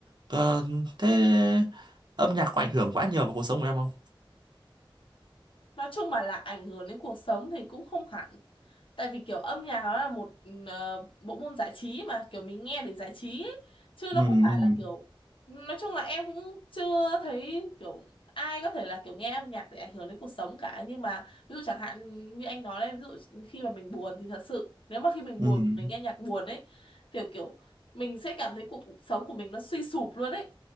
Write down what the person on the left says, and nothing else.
nói chung mà là ảnh hưởng đến cuộc sống thì cũng không hẳn tại vì kiểu âm nhạc nó là một ờ, bộ môn giải trí mà kiểu mình nghe để giải trí ấy. chứ
nó không phải là kiểu nói chung là em cũng chưa thấy kiểu ai có thể là kiểu nghe âm nhạc để ảnh hưởng đến cuộc sống cả nhưng mà ví dụ chẳng hạn như anh nói đấy ví dụ khi mà mình buồn thì thật sự nếu mà khi mình
buồn
mình nghe nhạc buồn ấy kiểu kiểu mình sẽ cảm thấy cuộc sống của mình nó suy sụp luôn ấy